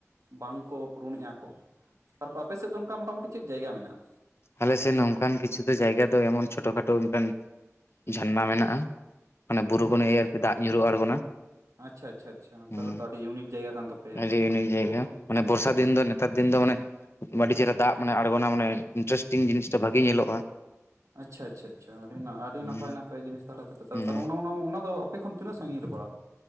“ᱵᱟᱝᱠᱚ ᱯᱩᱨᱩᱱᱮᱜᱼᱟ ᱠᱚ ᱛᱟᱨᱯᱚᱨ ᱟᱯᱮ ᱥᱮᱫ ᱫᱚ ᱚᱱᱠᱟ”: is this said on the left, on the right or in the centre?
Right